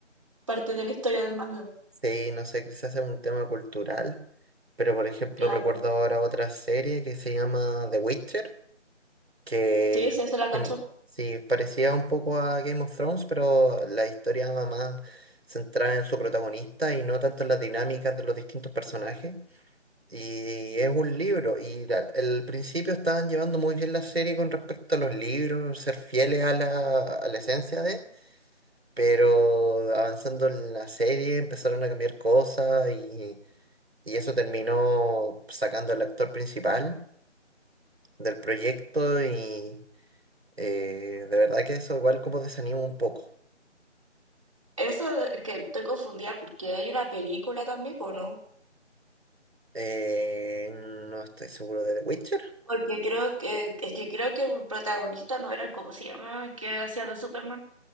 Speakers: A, on the right (about 25°); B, on the right (about 55°).
A: parte de la historia del manga.
B: Sí, no sé, quizás es un tema cultural, pero por ejemplo
A: Claro.
B: recuerdo ahora otra serie que se llama The Witcher, que
A: Sí, sí, se la cachó.
B: sí, sí, parecía un poco a Game of Thrones, pero la historia va más centrada en su protagonista y no tanto en las dinámicas de los distintos personajes. Y es un libro, y la- al principio estaban llevando muy bien la serie con respecto a los libros, ser fieles a la, a la esencia de... pero avanzando en la serie empezaron a cambiar cosas y, y eso terminó sacando al actor principal del proyecto y eh, de verdad que eso igual como desanima un poco.
A: Eso es que estoy confundida porque hay una película también, ¿o no?
B: Eh, no estoy seguro de The Witcher.
A: Porque creo que, es que creo que el protagonista no era el, ¿cómo se llama? el que hacía de Superman.